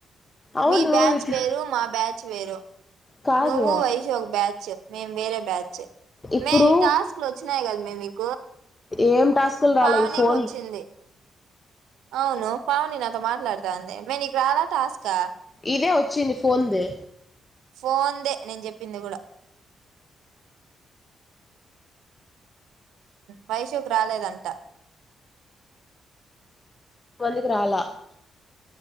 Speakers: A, on the left; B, on the right.
A: అవును
B: మీ బ్యాచ్
A: ఇట్లా
B: వేరు మా బ్యాచ్ వేరూ
A: కాదు
B: నువ్వు వైశు ఒక బ్యాచ్ మేం వేరే బ్యాచ్
A: ఇప్పుడు
B: మే టాస్క్లు వచ్చినాయి కదా <unintelligible>
A: ఏం టాస్కులు రాలే
B: పావనికి
A: ఈ ఫోన్
B: వచ్చింది అవును పావని నాతో మాట్లాడుత్తాంది మే నీకు రాలా టాస్కా
A: ఇదే వచ్చింది ఫోన్ది
B: ఫోన్ దే నేను చెప్పింది కూడా వైషూ రాలేదంట
A: వందికు రాలా